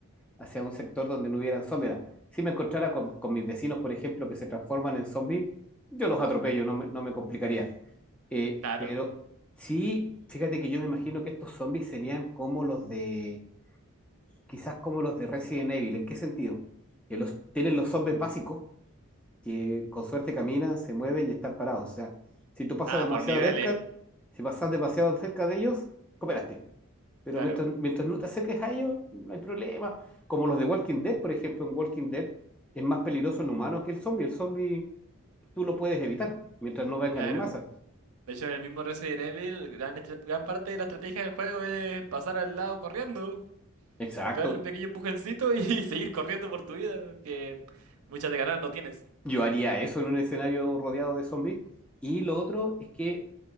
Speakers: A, in the centre; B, on the right (about 80°).
A: hacia un sector donde no hubieran zombies. Ahora, Si me encontrara con, con mis vecinos, por ejemplo, que se transforman en zombies, yo los atropello, no me, no me complicaría. Eh,
B: Claro.
A: pero sí, fíjate que yo me imagino que estos zombies serían como los de, quizás como los de Resident Evil. ¿En qué sentido? Que los, tienen los zombies básicos, que con suerte caminan, se mueven y están parados. O sea, si tú pasas
B: Ah,
A: demasiado
B: por niveles.
A: cerca, si pasas demasiado cerca de ellos, cooperaste. Pero
B: Claro,
A: mientras, mientras no te acerques a ellos, no hay problema. Como los de Walking Dead, por ejemplo, en Walking Dead es más peligroso el humano que el zombie. El zombie tú lo puedes evitar mientras no vengan
B: claro.
A: en masa.
B: De hecho, en el mismo Resident Evil, gran, estra- gran parte de la estrategia del juego es pasar al lado corriendo.
A: Exacto.
B: O pegarle un pequeño empujoncito y <laughs> seguir corriendo por tu vida, que muchas de ganar no tienes.
A: Yo haría eso en un escenario rodeado de zombies. Y lo otro es que